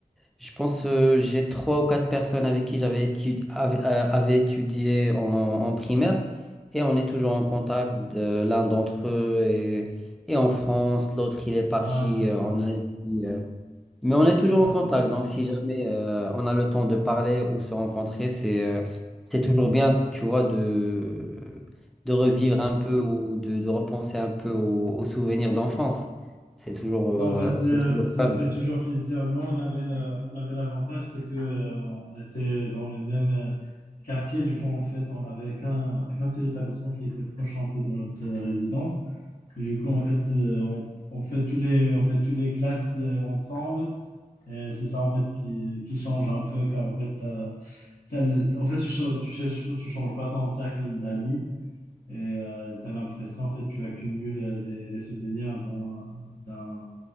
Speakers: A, in the centre; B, on the left (about 75°).
A: Je pense euh, j'ai trois ou quatre personnes avec qui j'avais étudié, avait, étudié en, en primaire et on est toujours en contact. de- L'un d'entre eux est, est en France, l'autre il est parti
B: Ah, c'est bien.
A: euh, en Asie. euh. mais on est toujours
B: Ah,
A: en contact,
B: c'est bien.
A: donc si jamais euh, on a le temps de parler ou se rencontrer, c'est euh, c'est toujours bien, tu vois, de, de revivre un peu ou de, de repenser un peu aux, aux souvenirs d'enfance. C'est toujours,
B: Non,
A: euh,
B: En fait, c'est-
A: c'est toujours
B: ça
A: fun.
B: fait toujours plaisir. Nous, on avait, euh, on avait l'avantage, c'est que, euh, on était dans le même euh, quartier. Du coup, en fait, on n'avait qu'un qu'un seul établissement qui était proche un peu de notre euh, résidence. Et du coup, en fait, euh, on, on fait tous les, on fait tous les classes euh, ensemble. Et c'est ça, en fait, qui, qui change un peu, car en fait, t'as- t'as le- en fait, tu, cha- tu, cherches- tu changes pas ton cercle d'amis. Et euh, tu as l'impression, en fait, tu accumules euh, les, les souvenirs dans- d'un-